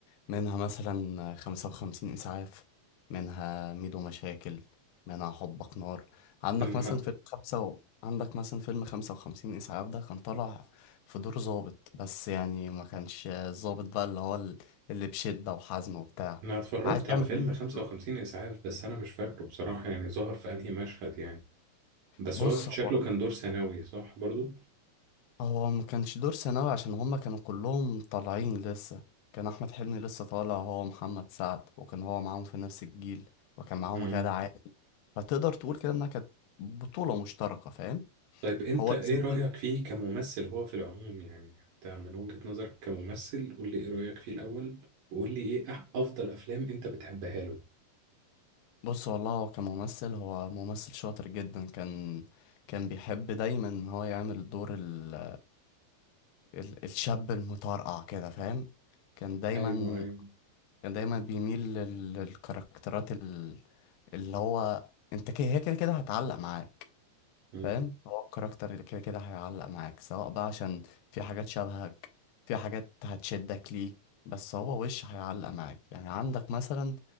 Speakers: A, on the left; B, on the right.
A: منها مثلا خمسة وخمسين إسعاف منها ميدو مشاكل منها حبك نار عندك
B: اما
A: مثلا فيلم خمسة و... عندك مثلا فيلم خمسة وخمسين إسعاف ده كان طالع في دور ضابط بس يعني ما كانش الضابط بقى اللي هو ال- اللي بشدة وحزم وبتاع
B: انا اتفرجت
A: عايز يعمل
B: على فيلم
A: لنفسه
B: 55 اسعاف بس انا مش فاكره بصراحة يعني ظهر في انهي مشهد يعني بس
A: بص
B: هو شكله
A: هو
B: كان دور ثانوي صح برضو
A: هو ما كانش دور ثانوي عشان هما كانوا كلهم طالعين لسه كان احمد حلمي لسه طالع هو محمد سعد وكان هو معاهم في نفس الجيل وكان معاهم
B: مم.
A: غادة عادل فتقدر تقول كده انها كانت بطولة مشتركة فاهم
B: طيب انت
A: هو
B: ايه
A: اسمه
B: رأيك
A: إيه؟
B: فيه كممثل هو في العموم يعني انت من وجهة نظرك كممثل قول لي ايه رأيك فيه الاول وقول لي ايه أح- افضل افلام انت بتحبها له
A: بص والله هو كممثل هو ممثل شاطر جدا كان كان بيحب دايما ان هو يعمل دور ال... ال... الشاب المطرقع كده فاهم كان دايما
B: ايوه ايوه
A: كان دايما بيميل لل... للكاركترات ال... اللي هو انت كده هي كده كده هتعلق معاك
B: مم.
A: فاهم هو الكاركتر اللي كده كده هيعلق معاك سواء بقى عشان في حاجات شبهك في حاجات هتشدك ليه بس هو وش هيعلق معاك يعني عندك مثلا